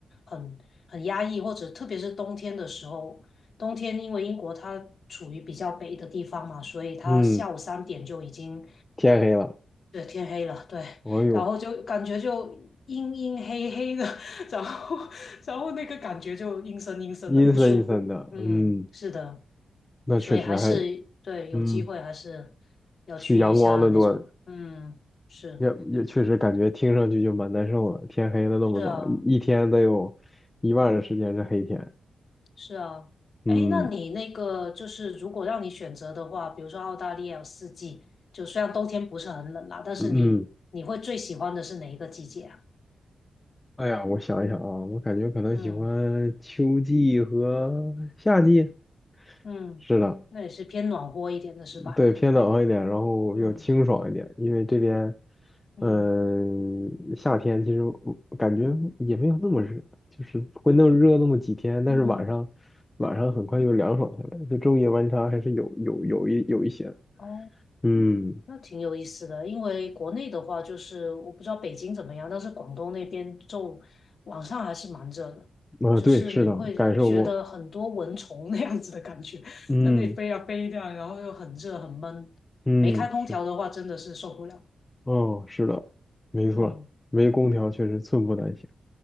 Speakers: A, on the left; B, on the left.
A: 很很压抑，或者特别是冬天的时候，冬天因为英国它处于比较北的地方嘛，所以它下午三点就已经
B: 嗯嗯，天黑了，
A: 对天黑了，对，
B: 哎呦，
A: 然后就感觉就阴阴黑黑的，<laughs> 然后然后那个感觉就阴森阴森的不舒服，
B: 阴森阴森的，
A: 嗯，
B: 嗯，
A: 是的，
B: 那确实还，
A: 所以还是对有机会还是
B: 嗯，
A: 要去一下那种，
B: 去阳光的多，
A: 嗯，是
B: 也也确实感觉听上去就蛮难受的。天黑了那么早，
A: 是啊。
B: 一一天得有一半的时间是黑天。
A: 是啊，
B: 嗯
A: 哎，那你那个就是如果让你选择的话，比如说澳大利亚有四季，就虽然冬天不是很冷啦，但是你你会最喜欢的是哪一个季节啊？
B: 嗯，嗯哎呀，我想一想啊，我感觉可能喜欢秋季和夏季。
A: 嗯嗯，
B: 是的。
A: 那也是偏暖和一点的是吧？
B: 对，偏冷一点，然后比较清爽一点，
A: 嗯
B: 因为这边，
A: 嗯
B: 嗯、夏天其实我感觉也没有那么热，就是会那么热那么几天，但是晚上晚上很快又凉爽下来，
A: 嗯，
B: 就昼夜温差还是有有有一有一些的。
A: 哦，
B: 嗯，
A: 那挺有意思的，因为国内的话，就是我不知道北京怎么样，但是广东那边就晚上还是蛮热的，
B: 啊，
A: 就是你会觉得很多蚊虫那样子的感觉，
B: 对，是的，感受过。
A: <laughs>
B: 嗯
A: 在那里飞啊飞呀、然后又很热很闷，
B: 嗯，
A: 没开空调的话真的是受不了。
B: 是，哦，是的，没错，
A: 嗯
B: 没空调确实寸步难行。